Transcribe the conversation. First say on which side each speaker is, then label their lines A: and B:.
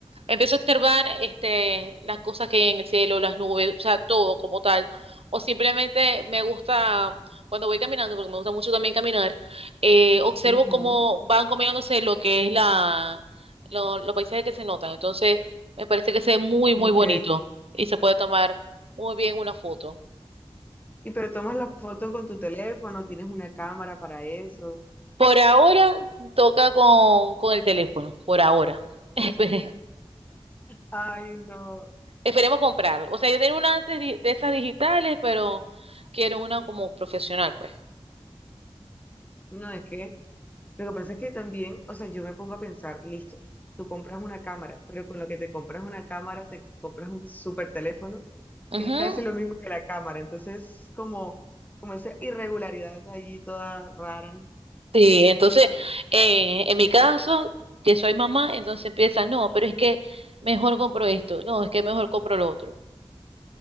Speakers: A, on the right (about 65°); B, on the left (about 15°).
A: empiezo a observar este, las cosas que hay en el cielo, las nubes, o sea, todo como tal. O simplemente me gusta, cuando voy caminando, porque me gusta mucho también caminar, eh, observo
B: Ujú,
A: cómo van combinándose lo que es la, lo- los paisajes que se notan. Entonces, me parece que se ve muy,
B: ok.
A: muy bonito y se puede tomar muy bien una foto.
B: Y pero tomas la foto con tu teléfono, tienes una cámara para eso.
A: Por ahora toca con, con el teléfono, por ahora. <laughs> Espe-
B: Ay, no.
A: Esperemos comprarlo. O sea, yo tengo una antes di- de esas digitales, pero quiero una como profesional, pues.
B: No, es que lo que pasa es que también, o sea, yo me pongo a pensar, listo, tú compras una cámara, pero con lo que te compras una cámara, te compras un super teléfono,
A: Ujú.
B: que es casi lo mismo que la cámara. Entonces, como, como esa irregularidad allí toda rara.
A: Sí, entonces, eh, en mi caso, que soy mamá, entonces empieza, no, pero es que mejor compro esto, no, es que mejor compro lo otro.